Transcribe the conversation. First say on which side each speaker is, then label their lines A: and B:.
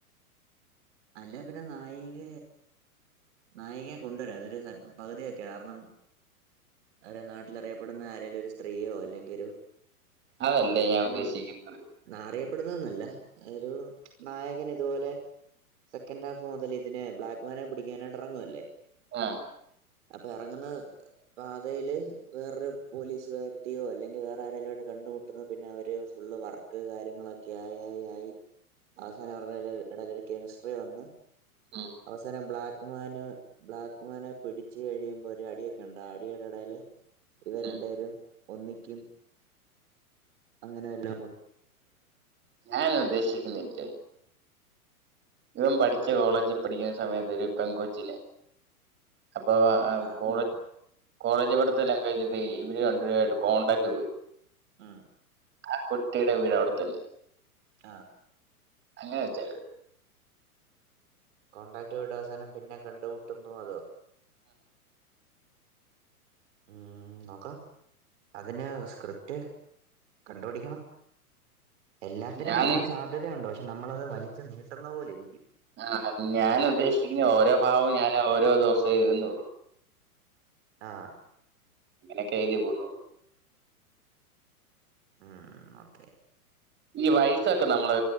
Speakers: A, on the right; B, on the right.
A: അല്ല പിന്നെ നായിക നായികയെ കൊണ്ടുവരാം അതൊരു പകുതിയൊക്കെ കാരണം അവരെ നാട്ടിൽ അറിയപ്പെടുന്ന ആരെലും ഒരു സ്ത്രീയോ അല്ലെങ്കിൽ ഒരു
B: അതല്ലേ ഞാൻ ഉദ്ദേശിക്കുന്നത്
A: അറിയപ്പെടുന്നതന്നല്ല ഒരു നായകൻ ഇതുപോലെ സെക്കൻഡ് ഹാഫ് മുതൽ ഇതിനെ ബ്ലാക്ക്മാനെ പിടിക്കാനായിട്ട് ഇറങ്ങുവല്ലേ
B: ആഹ
A: അപ്പൊ ഇറങ്ങുന്ന പാതയില് വേറൊരു പോലീസുകാരത്തെയോ അല്ലെങ്കിൽ വേറെ ആങ്കും അവിടെ കണ്ടുമുട്ടുന്ന പിന്നെ അവര് ഫുള് വർ കാര്യങ്ങളൊക്കെ ആയി ആയി ആയി അവസാനം അവരുടെ ഇട ഒരു കെമിസ്ട്രി വന്ന്
B: ഉം,
A: അവസാനം ബ്ലാക്ക്മാൻ ബ്ലാക്ക്മാനെ പിടിച്ച കഴി ്പ അടിയൊക്കെ ഉണ്ട് അടിയുടെ ഇടൽ ഇവർ
B: ഉം,
A: രണ്ട പേരും ഒന്നിക്കും അങ്ങനെല്ല
B: ന ബദേശിക്ക്ന്നട്ട ഇവൻ പഠിച്ച കോളേജിൽ പഠിക്കുന്ന സമയത്ത് ഒരു പെൻകോച്ചിനെ അപ്പൊ
A: ഉം പറ
B: കൂടു കോളേജ് പഠത്തെല്ലാം കഴിഞ്ഞിട്ട് ഇവര്ണ്ടട്ട് കോണ്ടാക്ട് പോയി
A: ആഹ
B: ആ കുട്ടിയുടെ വീട് അവിടെത്തന്നെ
A: ആഹ
B: അങ്ങനെ വെച്ച
A: കോടാക്ടുകളുടെ അവസാനം പിന്നെ കണ്ടുമുട്ടുന്നു അതോ ഉം നോക്കാം അതിന് സ്ക്രിപ്റ്റ് കണ്ടുപിടിക്കണം എല്ലാത്തിനും
B: ഞാൻ
A: നല്ല സാധ്യതയുണ്ട്ോ പക്ഷെ നമ്മളത് വലിച്ചു നീട്ടുന്ന പോലെ ഇരിക്കും
B: ആ ഞാൻ ഉദ്ദേശിക്കുന്ന ഓരോ ഭാവവും ഞാന് ഓരോ ദിവസം എഴുതുന്നുള്ളു
A: ആ
B: അങ്ങനൊക്കെ അയ് പോന്നോള്ളു
A: ഉം ഓക്കെ
B: ഈ വയസ്സൊക്കെ നമ്മള്